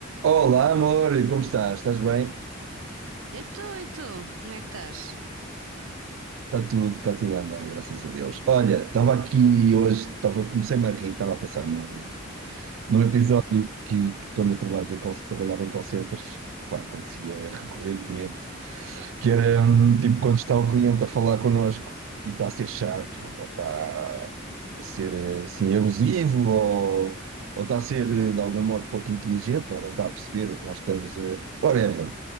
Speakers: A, on the right; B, on the right.
A: Olá, amor, como estás? Estás bem?
B: Eu estou, e tu? Como é que estás?
A: Está tudo, está tudo a andar, graças a Deus. Olha, estava aqui hoje, estava, comecei-me a rir, estava a pensar num, num episódio que, que quando eu trabalhava em call, trabalhava em call centers, epá, acontecia recorrentemente, que era hum, tipo quando está o cliente a falar connosco e está a ser chato, ou está a ser eh, assim abusivo, ou, ou está a ser eh, de algum modo pouco inteligente, ou não está a perceber o que nós estamos a... Whatever.